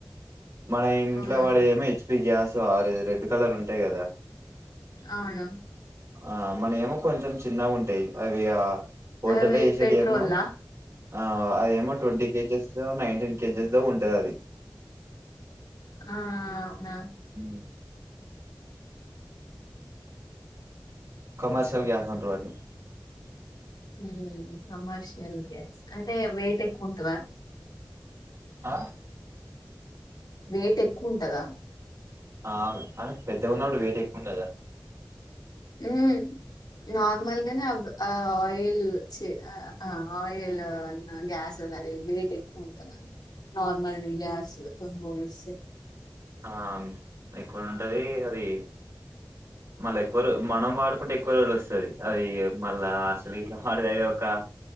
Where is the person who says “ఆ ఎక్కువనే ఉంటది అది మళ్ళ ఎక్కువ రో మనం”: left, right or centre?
Right